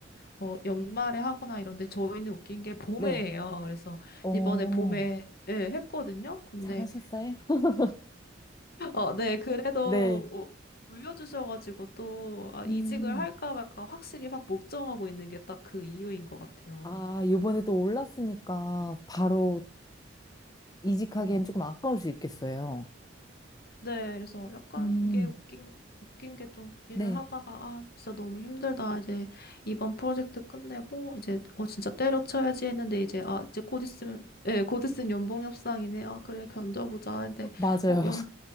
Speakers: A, on the left (about 55°); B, on the left (about 20°).
A: 어, 연말에 하거나 이런데, 저희는 웃긴 게 봄에
B: 네.
A: 해요. 그래서
B: 어,
A: 이번에 봄에, 예, 했거든요. 근데,
B: 잘하셨어요? <laughs>
A: 어, 네, 그래도
B: 네.
A: 오- 올려주셔가지고 또, 아,
B: 음.
A: 이직을 할까 말까 확실히 확 목정하고 있는 게 딱 그 이유인 것 같아요.
B: 아, 요번에 또 올랐으니까 바로 이직하기엔
A: 음.
B: 조금 아까울 수 있겠어요.
A: 네, 그래서 약간
B: 음,
A: 이게 웃긴, 웃긴 게 좀 일을
B: 네.
A: 하다가, 아, 진짜 너무 힘들다. 이제 이번 프로젝트 끝내고, 이제, 어, 진짜 때려쳐야지 했는데, 이제, 아, 이제 곧 있으면, 예, 곧 있으면 연봉 협상이네. 아, 그래, 견뎌보자. 근데,
B: 맞아요.
A: 어, 연,